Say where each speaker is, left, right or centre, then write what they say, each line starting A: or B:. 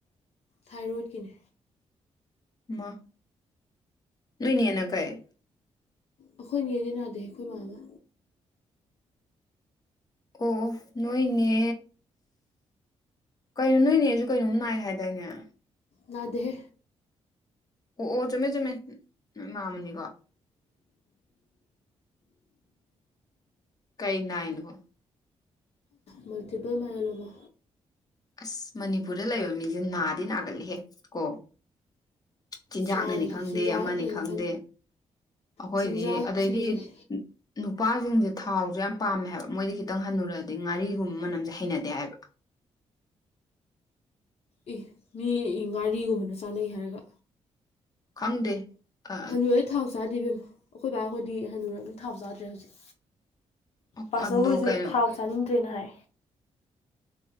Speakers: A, on the left (about 60°); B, on the left (about 35°).
A: ꯊꯥꯏꯔꯣꯏꯗꯀꯤꯅꯦ
B: ꯃꯥ ꯅꯣꯏꯣꯏꯅꯤꯅ ꯀꯩꯦ
A: ꯑꯩꯈꯣꯏ ꯅꯗꯤ ꯅꯥꯗꯦ ꯑꯩꯈꯣꯏ ꯃꯥꯃ
B: ꯑꯣ ꯅꯣꯏꯅꯦ ꯀꯩꯅꯣ ꯅꯣꯏꯅꯦ ꯑꯩꯁꯨ ꯀꯩꯅꯣꯝ ꯅꯥꯏ ꯍꯥꯏꯗꯥꯏꯅꯦ
A: ꯅꯅꯥꯗꯦ
B: ꯑꯣ ꯑꯣ ꯆꯨꯝꯃꯦ ꯆꯨꯝꯃꯦ ꯃꯥꯃꯅꯤꯀꯣ ꯀꯩ ꯅꯥꯅꯣ
A: ꯃꯜꯇꯤꯄꯜ ꯃꯌꯂꯣꯃꯥ
B: ꯑꯁ ꯃꯅꯤꯄꯨꯔꯗ ꯂꯩꯕ ꯃꯤꯁꯦ ꯅꯥꯗꯤ ꯅꯥꯒꯜꯂꯤꯍꯦ ꯀꯣ ꯆꯤꯟꯖꯥꯛꯅꯅꯤ
A: ꯆꯥꯔꯤꯕ
B: ꯈꯪꯗꯦ
A: ꯆꯤꯟꯖꯥꯛꯅꯅꯤ
B: ꯑꯃꯅꯤ ꯈꯪꯗꯦ ꯑꯩꯈꯣꯏꯗꯤ
A: ꯆꯤꯟꯖꯥꯛꯁꯤꯅꯁꯨꯅꯦ
B: ꯑꯗꯩꯗꯤ ꯅꯨꯄꯥꯁꯤꯡꯁꯦ ꯊꯥꯎꯁꯨ ꯌꯥꯝ ꯄꯥꯝꯃꯦ ꯍꯥꯏꯕ ꯃꯣꯏꯗꯤ ꯈꯤꯇꯪ ꯍꯟꯅꯨꯔꯗꯤ ꯉꯥꯔꯤꯒꯨꯝꯕ ꯃꯅꯝꯁꯦ ꯍꯩꯅꯗꯦ ꯍꯥꯏꯕ
A: ꯑꯦ ꯃꯤ ꯒꯥꯔꯤꯒꯨꯝꯕꯅ ꯆꯥꯅꯩ ꯍꯥꯏꯔꯒ
B: ꯈꯪꯗꯦ ꯑ-
A: ꯍꯟꯅꯨꯔꯩ ꯊꯥꯎ ꯆꯥꯗꯦꯕꯦꯝꯣ ꯑꯩꯈꯣꯏ ꯕꯥꯍꯣꯏꯗꯤ ꯍꯟꯅꯨꯔꯕꯅꯤ ꯊꯥꯎ ꯆꯥꯗ꯭ꯔꯦ ꯍꯧꯖꯤꯛ ꯄꯥꯁꯜ
B: ꯑꯗꯣ
A: ꯍꯣꯏꯁꯨ
B: ꯀꯩꯅꯣ
A: ꯊꯥꯎ ꯆꯥꯅꯤꯡꯗ꯭ꯔꯦꯅ ꯍꯥꯏ